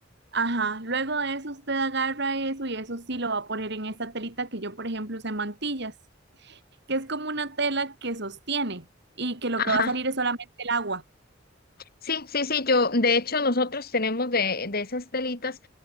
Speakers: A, on the right; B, on the left.
A: ajá, luego de eso usted agarra eso y eso sí lo va a poner en esta telita que yo, por ejemplo, usé en mantillas, que es como una tela que sostiene y que lo
B: ajá.
A: que va a salir es solamente el agua.
B: Sí, sí, sí, yo, de hecho, nosotros tenemos de, de esas telitas